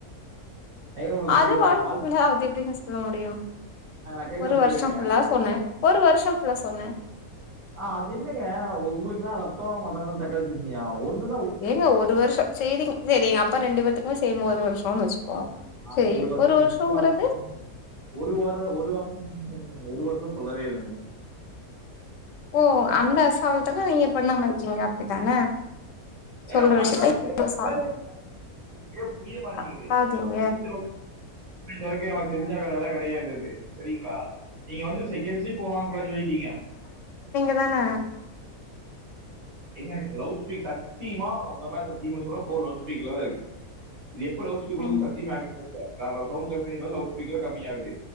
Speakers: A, on the right; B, on the left.
A: உனக்கு
B: அது
A: புரியுதா
B: வாழ்க்க
A: நான்
B: ஃபுல்லா அது எப்டிங்க சொல்ல முடியு
A: வாழ்க்கை நான் கேட்கறவங்க
B: ஒரு வர்ஷோ
A: கேளுங்க
B: ஃபுல்லா சொன்னோ ஒரு வர்ஷோ ஃபுல்லா சொன்னே
A: ஆ அது என்னங்க ஒங்களுக்குனா ரத்தோ மத்தவங்களுக்கு தக்காளி சட்னியா ஒன்னு
B: ஏங்க ஒரு வருஷோ சேரிங் சேரிங்க அப்ப ரெண்டு பேத்துக்குமே சேம் ஒரு வருஷோன் வச்சுப்போ
A: அப்ப
B: செரி
A: ஒரு வருஷோ நீங்க
B: வருஷோங்கிறது
A: <unintelligible> ஒரு வாரோ ஒரு வா ஒரு வருஷல்லா சொல்லவே இல்ல நீங்க
B: ஓ அந்த அசால்ட்டாதா நீங்க பண்ணமா இருக்கீங்க அப்டித்தான
A: ஏங்க
B: சொல்ற
A: பண்ணாம
B: விஷயத்த
A: கரெட்டா
B: அசால்ட்
A: <unintelligible> புரிய மாட்டேங்குது
B: கத்தாதீங்க
A: எதுக்கு <unintelligible> அவ தெருஞ்ச கடேலா கெடையாது அது சரிங்களா நீங்க வந்து செகேன்ஸ் ஜி ஃபோன் வாங்க கூடாதுன் சொல்லீட்டீங்க
B: அதான
A: ஏங்க லவுட் ஸ்பீக் சத்தியமா நா ஒங்க மேல சத்தியமா சொல்றே ஃபோன் லவுட் ஸ்பீக்கர் ல தா இருக்கு இது எப்ப லவுட் ஸ்பீக்கர் விழுகுதுனு
B: ம்
A: சத்தியமா யாருக்கு தெரியல சவுண்ட் கம்மி பண்ணி பார்த்தா லவுட் ஸ்ப்பீக்கருல கம்மியாகுது